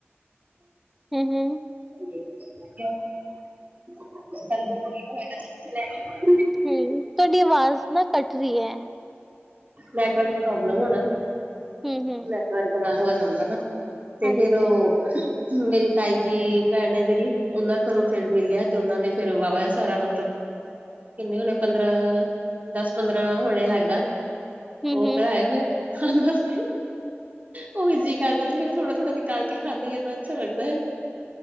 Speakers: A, in the centre; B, on the right.
A: ਹੂੰ-ਹੂੰ।
B: <inaudible>
A: ਹੂੰ, ਤੁਹਾਡੀ ਆਵਾਜ਼ ਨਾ ਕੱਟ ਰਹੀ ਐ।
B: ਨੈਟਵਰਕ ਪ੍ਰੋਬਲਮ ਹੋਣਾ,
A: ਹੂੰ-ਹੂੰ,
B: ਨੈਟਵਰਕ ਨਾਲ ਹੋ ਜਾਂਦਾ ਨਾ। ਤੇ
A: ਹਾਂਜੀ।
B: ਫੇਰ ਓਹ ਮੇਰੀ ਤਾਈ ਦੀ ਭੈਣ ਐ ਜਿਹੜੀ ਉਹਨਾਂ ਘਰੋਂ ਫੇਰ ਮਿਲਿਆ, ਤੇ ਉਹਨਾਂ ਨੇ ਫੇਰ ਵਾਹਵਾ ਸਾਰਾ ਮਤਲਬ ਕਿੰਨੇ ਹੋਣੇ ਪੰਦਰਾਂ, ਦਸ-ਪੰਦਰਾਂ ਹੋਣੇ ਲੱਗਦਾ।
A: ਹੂੰ-ਹੂੰ,
B: ਉਹ ਕਰਾਏ ਫਿਰ ਖਾਣ ਵਾਸਤੇ, ਉਹ ਵੀ ਜੀ ਕਰਦਾ ਤੇ ਫੇਰ ਥੋੜਾ- ਥੋੜ੍ਹਾ ਨਿਕਾਲ ਕੇ ਖਾਂਦੀ ਇੰਨਾ ਅੱਛਾ ਲੱਗਦਾ ਹੈ